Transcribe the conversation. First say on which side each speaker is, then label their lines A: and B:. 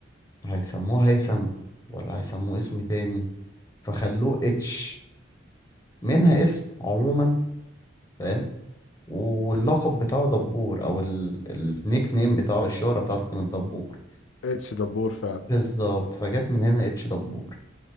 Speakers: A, on the left; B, on the left.
A: هيسموه هيثم ولا هيسموه اسم تاني فخلوه اتش منها اسم عموما فاهم واللقب بتاعه دبور او ال... النيك نيم بتاعه الشهرة بتاعته كانت دبور
B: اتش دبور فعلا
A: بالظبط فجت من هنا اتش دبور